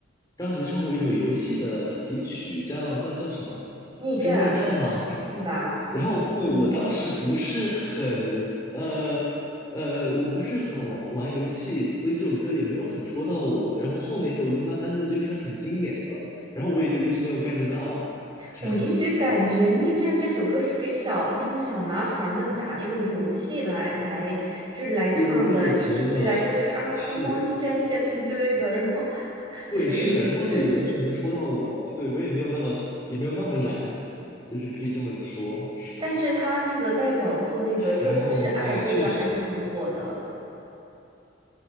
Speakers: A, on the left; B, on the right.
A: 张杰唱过一首游戏的主题曲，叫叫叫什么？
B: 逆战，
A: 是逆战吗？还是什么？
B: 对吧？
A: 然后对我当时不是很呃呃，
B: 嗯，
A: 我不是很玩玩游戏，所以这首歌也没有很戳到我。然后后面这首歌慢慢的就变成很经典的了，然后我也就一直没有 get 到这样子。
B: 我一直感觉《逆战》这首歌是给小那种小男孩儿们打那种游戏来来，就是来唱的。
A: 我也觉得是，
B: 一提起来就是啊，Come on，逆战逆战什么之类的，然后 <laughs> 就是
A: 对，是的，
B: <laughs>
A: 然后就也不是很能戳到我，
B: 对对。
A: 对，我也没有那么也没有那么燃，就是可以这么说。
B: 但是他那个代表作那个《这就是爱》真的还是很火的，
A: 然后哎呀，确实。